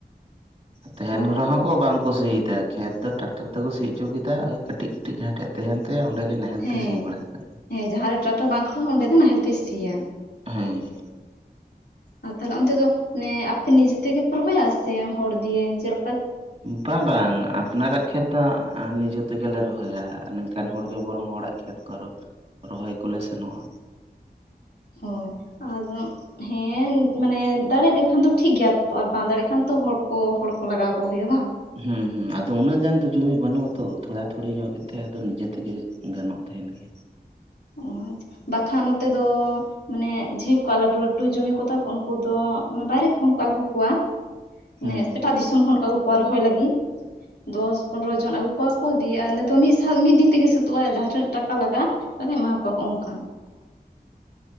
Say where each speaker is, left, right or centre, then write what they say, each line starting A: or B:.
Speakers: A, on the right; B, on the left.
A: ᱛᱟᱦᱮᱱ
B: ᱠᱚᱣᱟ
A: ᱨᱮᱦᱚᱸ᱾ ᱠᱚ ᱵᱟᱝ ᱠᱚ ᱥᱤᱭ ᱫᱟ ᱠᱷᱮᱛ ᱫᱚ ᱴᱨᱟᱠᱴᱚᱨ ᱛᱮᱠᱚ ᱥᱤ ᱚᱪᱚ ᱠᱮᱫᱟ ᱳᱭ ᱠᱟᱹᱴᱤᱡ ᱠᱟᱹᱴᱤᱡ ᱡᱟᱦᱟᱸ ᱴᱷᱮᱜ᱾ ᱛᱟᱦᱮᱱ ᱛᱟᱭᱟ ᱚᱸᱰᱮ ᱜᱮ ᱱᱟᱦᱮᱞ
B: ᱦᱮᱸ
A: ᱛᱮᱭ ᱥᱤ ᱵᱟᱲᱟ ᱠᱷᱟᱡ ᱫᱚ᱾
B: ᱦᱮᱸ ᱡᱟᱦᱟᱸ ᱨᱮ ᱴᱨᱟᱠᱴᱚᱨ ᱵᱟᱝ ᱠᱷᱟᱹᱲᱟᱹᱜ-ᱟ ᱚᱸᱰᱮ ᱫᱚ ᱱᱟᱦᱮᱞ ᱛᱮᱭ ᱥᱤᱭᱟ᱾
A: ᱦᱮᱸ
B: ᱟᱨ ᱛᱟᱦᱞᱮ ᱚᱱᱛᱮ ᱫᱚ ᱢᱟᱱᱮ ᱟᱯᱮ ᱱᱤᱡᱮ ᱛᱮᱜᱮ ᱯᱮ ᱨᱚᱦᱚᱭᱟ ᱥᱮ ᱦᱚᱲ ᱫᱤᱭᱮ ᱪᱮᱜ᱾
A: ᱵᱟᱝ ᱵᱟᱝ᱾ ᱟᱯᱱᱟᱨᱟᱜ ᱠᱷᱮᱛ ᱫᱚ ᱱᱤᱡᱮ ᱛᱮᱜᱮᱞᱮ ᱨᱚᱦᱚᱭᱟ ᱱᱤᱝᱠᱟᱱ ᱦᱚᱲᱜᱮ ᱵᱚᱨᱚᱝ ᱦᱚᱲᱟᱜ ᱠᱷᱮᱛ ᱠᱚ ᱟᱨᱚ᱾ ᱨᱚᱦᱚᱭ ᱠᱚᱞᱮ ᱥᱮᱱᱚᱜ-ᱟ᱾
B: ᱦᱳᱭ ᱟᱨ᱾ ᱦᱮᱸ ᱢᱟᱱᱮ ᱫᱟᱲᱮ ᱞᱮᱠᱷᱟᱱ ᱫᱚ ᱴᱷᱤᱠ ᱜᱮᱭᱟ ᱛᱚ ᱟᱨ ᱵᱟᱝ ᱫᱟᱲᱮᱜ ᱠᱷᱟᱱ ᱛᱚ ᱦᱚᱲ ᱠᱚ ᱦᱚᱲ ᱠᱚ ᱞᱟᱜᱟᱣ ᱠᱚ ᱦᱩᱭᱩᱜ-ᱟ ᱵᱟᱝ᱾
A: ᱦᱩᱸ ᱦᱩᱸ ᱟᱫᱚ ᱩᱱᱟᱹᱜ ᱜᱟᱱ ᱫᱚ ᱡᱚᱢᱤ ᱵᱟᱱᱩᱜ ᱟᱛᱚ ᱛᱷᱚᱲᱟ ᱛᱷᱩᱲᱤ ᱧᱚᱜ ᱜᱮᱛᱮ ᱟᱫᱚ ᱱᱤᱡᱮ ᱛᱮᱜᱮ ᱜᱟᱱᱚᱜ ᱛᱟᱦᱮᱱ ᱜᱮᱭᱟ᱾
B: ᱚ ᱟᱪ ᱵᱟᱠᱷᱟᱱ ᱱᱚᱛᱮ ᱫᱚ᱾ ᱢᱟᱱᱮ <unintelligible> ᱠᱚᱣᱟᱜ ᱞᱟᱴᱩ ᱞᱟᱴᱩ ᱡᱚᱢᱤ ᱠᱚ ᱛᱟᱠᱚ ᱩᱱᱠᱩ ᱫᱚ ᱵᱟᱦᱨᱮ ᱠᱷᱚᱱ ᱠᱚ ᱟᱜᱩ ᱠᱚᱣᱟ᱾ ᱢᱟᱱᱮ
A: ᱦᱩᱸ ᱦᱩᱸ
B: ᱮᱴᱟᱜ ᱫᱤᱥᱚᱢ ᱠᱷᱚᱱ ᱠᱚ ᱟᱜᱩ ᱠᱚᱣᱟ ᱨᱚᱦᱚᱭ ᱞᱟᱜᱤ ᱫᱚᱥ ᱯᱚᱱᱨᱚ ᱡᱚᱱ ᱟᱜᱩ ᱠᱚᱣᱟ ᱠᱚ ᱫᱤᱭᱮ ᱟ ᱱᱤᱫᱚ ᱢᱤᱜ ᱥᱟᱶ ᱢᱤᱫ ᱫᱤᱱ ᱛᱮᱜᱮ ᱥᱟᱹᱛᱳᱜ ᱟᱭ ᱡᱟᱦᱟ ᱛᱤᱱᱟᱹᱜ ᱴᱟᱠᱟ ᱞᱟᱜᱟ-ᱟ <unintelligible> ᱮᱢᱟ ᱠᱚᱣᱟᱠᱚ ᱚᱱᱠᱟ᱾